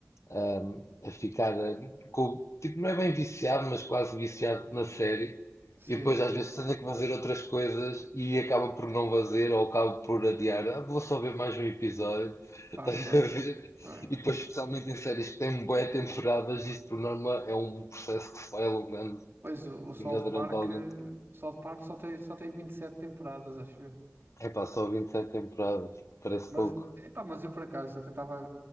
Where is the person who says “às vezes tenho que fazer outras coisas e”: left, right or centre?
Left